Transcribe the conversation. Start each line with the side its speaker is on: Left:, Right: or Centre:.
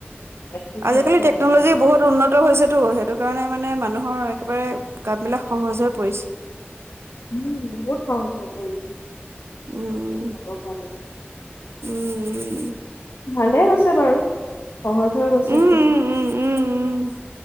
Left: পেটটো ঠেক
Right: আজিকালি
Left: হৈ
Right: টেকনলজি
Left: যায় তেনেকে
Right: বহুত উন্নত হৈছেতো সেইটো কাৰণে মানে মানুহৰ একেবাৰে কাম মানে সহজ হৈ পৰিছে।
Left: উম, বহুত সহজ হৈ পৰিছে।
Right: উম,
Left: মজি ব ভ <inaudible> <unintelligible>
Right: উম,
Left: ভালেই হৈছে বাৰু সহজ হৈ গৈছে
Right: উম, উম,
Left: এইটো।
Right: উম, উম, উম, উম,